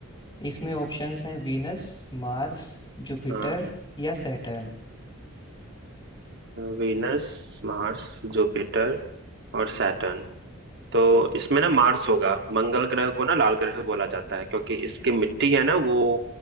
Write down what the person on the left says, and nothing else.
इसमें ऑप्शंस हैं वीनस मार्स जुपिटर
या सैटर्न